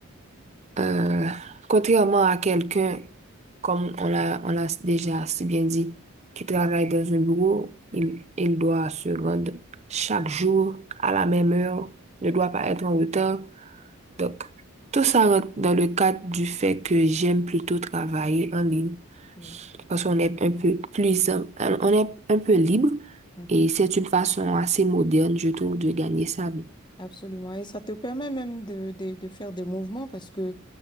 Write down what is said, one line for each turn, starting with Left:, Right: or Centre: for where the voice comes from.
Right: euh, contrairement à quelqu'un, comme on l'a on l'a déjà si bien dit, qui travaille dans un bureau, il, il doit se rendre chaque jour à la même heure, ne doit pas être en retard. Donc, tout ça rentre dans le cadre du fait que j'aime plutôt travailler en ligne
Left: Mhm.
Right: parce qu'on est un peu plus, euh, on est un peu libre
Left: Oui.
Right: et c'est une façon assez moderne, je trouve, de gagner sa vie.
Left: Absolument. Et ça te permet même de, de, de faire des mouvements parce que